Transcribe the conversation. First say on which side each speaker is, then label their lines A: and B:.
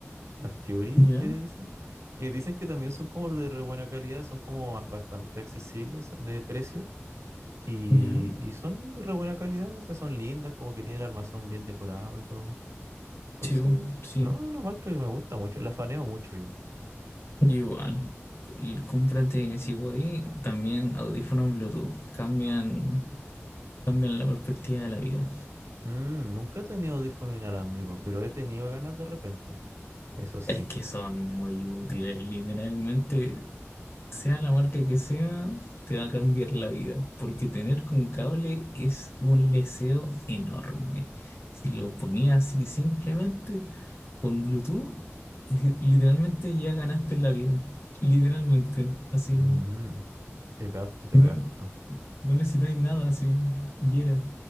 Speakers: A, on the right (about 85°); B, on the left (about 60°).
A: las Fury
B: ya,
A: que dicen, que dicen que también son como de re buena calidad, son como bastante accesibles de precio y,
B: ya,
A: y son de re buena calidad, o sea, son lindas, como que tienen el armazón bien decorado y todo. Entonces,
B: sí, bu, sí.
A: no, una marca que me gusta mucho, la faneo mucho yo.
B: Yo igual. El- Cómprate, si voy, también audífonos Bluetooth. Cambian, cambian la perspectiva de la vida.
A: Mm, nunca he tenido audífono inalámbrico, pero he tenido ganas de repente. Eso sí.
B: Es que son muy útiles, literalmente. Sea la marca que sea, te va a cambiar la vida. Porque tener con cable es un leseo enorme. Si lo ponías así simplemente con Bluetooth, <laughs> eh, literalmente ya ganaste la vida. Literalmente, así.
A: Ujú, Te capto, te
B: No,
A: capto.
B: no necesitáis nada, así. Y era.